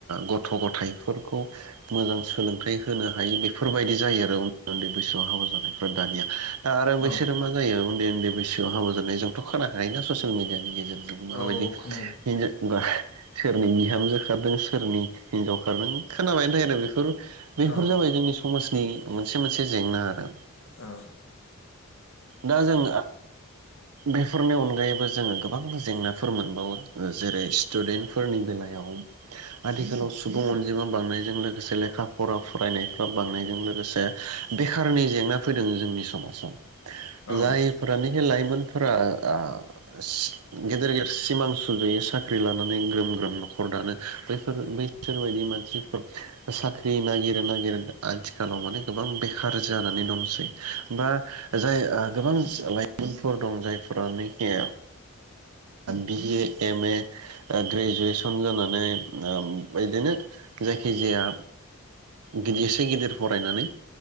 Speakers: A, on the right; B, on the left.
A: गथ' गथायाइफोरखौ मोजां सोलोंथाइ होनो हायि बेफोरबायदि जायो आरो उन्दै उन्दै बैसोआव हाबा जानायफ्रा दानिया दा आरो
B: औ
A: बैसोरो मा जायो। उन्दै उन्दै बैसोआव हाबा जानाय जोंथ' खोनाखायो ना ससियेल मिडियानि गेजेरजों माबायदि
B: औ खोनायो
A: हिनजा बा सोरनि बिहामजो खारदों सोरनि हिनजाव खारदों खोनाबायानो थायो आरो बेफोर बेफोर
B: औ
A: जाबाय जोंनि समाज नि मोनसे मोनसे जेंना आरो
B: औ औ
A: दा जों बेफोरनि अनगायैबो जोङो गोबां जेंनाफोर मोनबावो जेरै स्टुडेन्टफोरनि बेलायाव आथिखालाव सुबुं अनजिमा बांनायजों लोगोसे लेखा फरा फरायनायफ्रा बांनायजों लोगोसे बेखारनि जेंना फैदों जोंनि समाजाव
B: औ
A: जायफोरानोखि लाइ मोनफोरा ओ सि गेदेर गेदेर सिमां सुजुयो साख्रि लानानै ग्रोम ग्रोम न'खर दानो बैफोर बैसोरबायदि मानसिफोर साख्रि नागिरो नागिर आथिखालाव माने गोबां बे खार जानानै दंसै बा जाय गोबां लाइमोनफोर दं जायफोरानोखि बि ए एम ए ग्रेजुवेसन जानानै बिदिनो जायखिजाया गिदिर एसे गिदिर फरायनानै